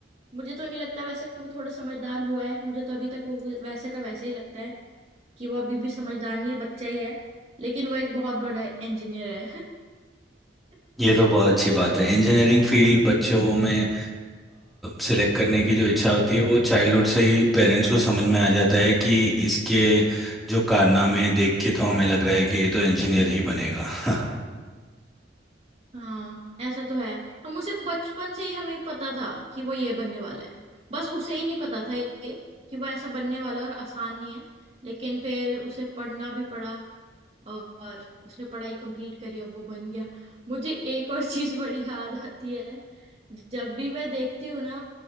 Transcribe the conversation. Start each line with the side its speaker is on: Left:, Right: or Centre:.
Right: मुझे तो नहीं लगता वैसे वो थोड़ा समझदार हुआ है मुझे तो अभी तक वो वैसे का वैसे ही लगता है कि वो अभी भी समझदार नहीं है बच्चा ही है लेकिन वो एक बहुत बड़ा इंजीनियर है <laughs>
Centre: ये तो बहुत अच्छी बात है इंजीनियरिंग फील्ड बच्चों में सेलेक्ट करने की जो इच्छा होती है वो चाइल्डहुड से ही पेरेंट्स को समझ में आ जाता है कि इसके जो कारनामे देख के तो हमें लग रहा है कि ये तो इंजीनियर ही बनेगा <laughs>
Right: हाँ ऐसा तो है हम उसे बचपन से ही हमें पता था कि वो ये बनने वाला है बस उसे ही नहीं पता था ये कि वो ऐसा बनने वाला है और आसान नहीं है लेकिन फिर उसे पढ़ना भी पड़ा और और उसने पढ़ाई कंप्लीट करी अब वो बन गया मुझे एक और <laughs> चीज बड़ी याद आती है जब भी मैं देखती हूँ ना